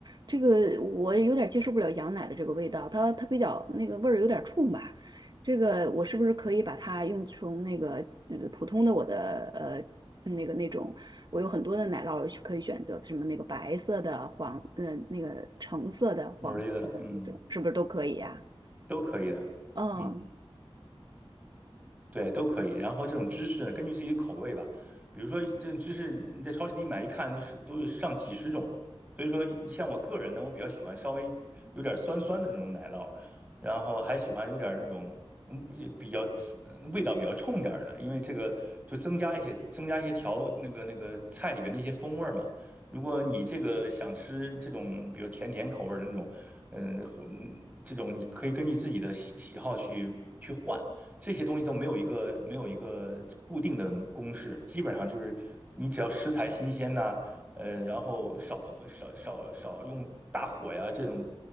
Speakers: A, on the right (about 45°); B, on the right (about 15°).
A: 这个我有点接受不了羊奶的这个味道，它它比较那个味儿有点冲吧。这个我是不是可以把它用从那个呃普通的我的呃那个那种。我有很多的奶酪可以选择，什么那个白色的、黄，嗯、那个橙色的、黄色的那种，
B: 努力的，嗯，
A: 是不是都可以呀、
B: 都可以的，
A: 嗯
B: 嗯。对，都可以。然后这种芝士呢，根据自己的口味吧。比如说，这种芝士你在超市里买，一看都是都是上几十种。所以说，像我个人呢，我比较喜欢稍微有点酸酸的那种奶酪，然后还喜欢有点那种嗯也比较刺味道比较冲点儿的，因为这个就增加一些增加一些调那个那个菜里边那些风味儿嘛。如果你这个想吃这种比如甜甜口味儿的那种，嗯，或嗯这种你可以根据自己的喜喜好去去换。这些东西都没有一个没有一个固定的公式，基本上就是你只要食材新鲜呐、呃，然后少烹少少少用大火呀，这种